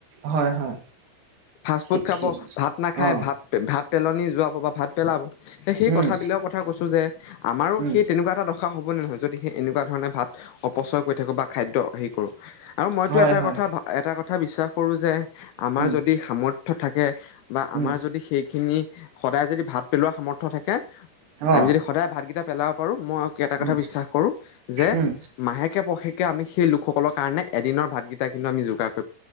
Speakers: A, on the right; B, on the left.
A: হয় হয়
B: ফাৰ্ষ্ট
A: সি
B: ফুড খাব,
A: সি
B: ভাত নাখাই,
A: অ
B: ভাত, ভাত পেলনি যোৱাব বা ভাত পেলাব তে সেই
A: উম
B: কথাবিলাকৰ কথা কৈছো যে আমাৰো
A: উম
B: সেই তেনেকুৱা এটা দখা ৰ হ'ব নে নহয় যদি সেই এনেকুৱা ধৰণে ভাত অপচয় কৰি থাকোঁ বা খাদ্য হেৰি কৰোঁ। আৰু মইতো
A: হয়
B: এটা
A: হয়
B: কথা এটা কথা বিশ্বাস কৰোঁ যে আমাৰ
A: উম
B: যদি সামৰ্থ্য থাকে। বা আমাৰ
A: উম
B: যদি সেইখিনি সদায় যদি ভাত পেলোৱা সামৰ্থ থাকে। আমি
A: অ
B: যদি সদায় ভাতকেইটা পেলাব পাৰোঁ। মই এটা
A: উম
B: কথা বিশ্বাস কৰোঁ যে
A: উম
B: মাহেকে পশেকে আমি সেই লোকসকলৰ কাৰণে এদিনৰ ভাতকেইটা কিন্তু আমি যোগাৰ কৰোঁ